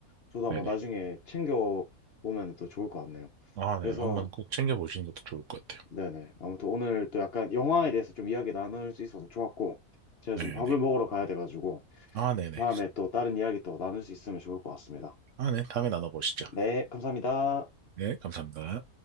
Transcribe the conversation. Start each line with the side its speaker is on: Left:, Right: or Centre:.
Left: 저도 한번
Right: 네네.
Left: 나중에 챙겨보면 또 좋을 것 같네요.
Right: 아, 네.
Left: 그래서,
Right: 한번 꼭 챙겨보시는 것도 좋을 것 같아요.
Left: 네네. 아무튼 오늘 또 약간 영화에 대해서 좀 이야기 나눌 수 있어서 좋았고, 제가
Right: 네네.
Left: 지금 밥을 먹으러 가야 돼가지고,
Right: 아, 네네.
Left: 다음에 또 다른 이야기 또 나눌 수 있으면 좋을 것 같습니다.
Right: 아, 네. 다음에 나눠보시죠.
Left: 네, 감사합니다.
Right: 네, 감사합니다.